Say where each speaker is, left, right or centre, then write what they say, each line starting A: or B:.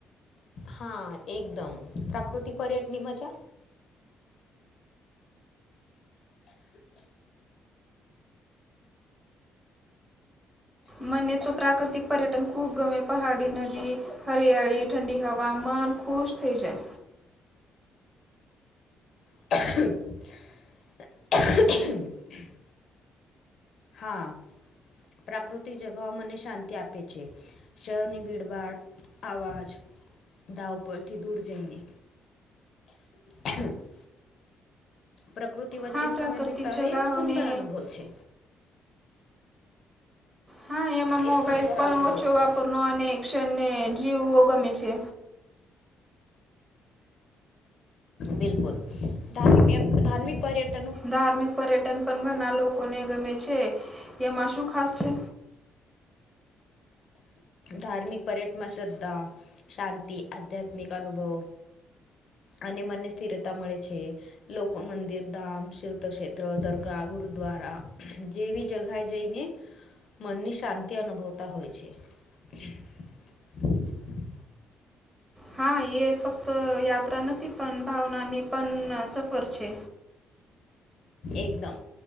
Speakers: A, on the left (about 60°); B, on the right (about 20°).
A: હા એકદમ, પ્રાકૃતિક પ્યટની મજા
B: મને તો પ્રાકૃતિક પર્યટન ખૂબ ગમે પહાડી, નદી, હટ દરિયાળી, ઠંડી હવા, મન ખુશ થઈ જાય.
A: <inaudible> હા, પ્રાકૃતિક જગાઓ મને શાંતિ આપે છે. શહેરની ભીડભાડ, અવાજ, ધાવ પરથી દૂર જઈને. <inaudible> પ્રકૃતિ વચ્ચે
B: હા પ્રાકૃતિક
A: સમય બિતાવે
B: જગાઓને
A: એક સુંદર અનુભવ છે.
B: હા, એમાં મોબાઈલ
A: એક સુંદર
B: પણ
A: અનુભવ
B: ઓછો
A: છે
B: વાપરનો, અને એષણ ને જીવઓ ગમે છે.
A: બિલકુલ ધાર્મિયક ધાર્મિક પર્યટ
B: ધાર્મિક પર્યટન પણ ઘણા લોકોને ગમે છે, એમાં શું ખાસ છે?
A: ધાર્મિક પર્યટમાં શ્રદ્ધા, શાંતિ, આધ્યાત્મિક અનુભવ અને મનને સ્થિરતા મળે છે. લોક મંદિર, ધામ, તીર્થક્ષેત્ર, દરગાહ, ગુરુદ્વારા. જેવી જગાએ જઈને, મનની શાંતિ અનુભવતા હોય છે. <inaudible>
B: હા યે ફક્ત યાત્રા નથી, પણ ભાવનાની પણ સફર છે.
A: એકદમ,